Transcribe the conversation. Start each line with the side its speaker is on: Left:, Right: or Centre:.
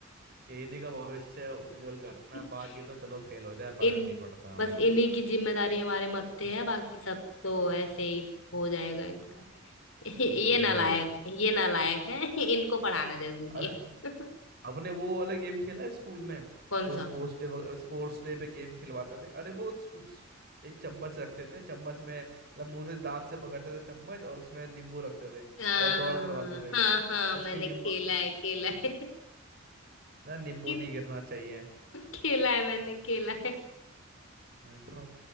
Right: कि इन्हीं का भविष्य उज्जवल करना
Left: <laughs>
Right: है, बाकी तो चलो फेल हो जाए फर्क
Left: इन
Right: नहीं पड़ता हमें
Left: बस इन्हीं की जिम्मेदारी हमारे मत्थे है बाकी सब तो ऐसे ही हो जाएगा इनका <laughs> ये
Right: <laughs> वही
Left: नालायक ये नालायक है इनको पढ़ाना जरूरी
Right: अरे
Left: है <laughs>
Right: आपने वो वाला गेम खेला है स्कूल में
Left: कौन
Right: वो स्पोर्ट्स
Left: सा
Right: डे स्पोर्ट्स डे पे गेम खिलवाते थे अरे वो उस, उस, एक चम्मच रखते थे चम्मच में मतलब मुंह से दांत से पकड़ते थे चम्मच और उसमें नींबू रखते थे
Left: आ,
Right: और दौड़ करवाते थे
Left: हाँ हाँ
Right: इसके
Left: मैंने
Right: नींबू
Left: खेला है खेला है <laughs>
Right: ना नींबू
Left: किस-
Right: नहीं गिरना चाहिए
Left: खेला है मैंने खेला है
Right: नहीं तो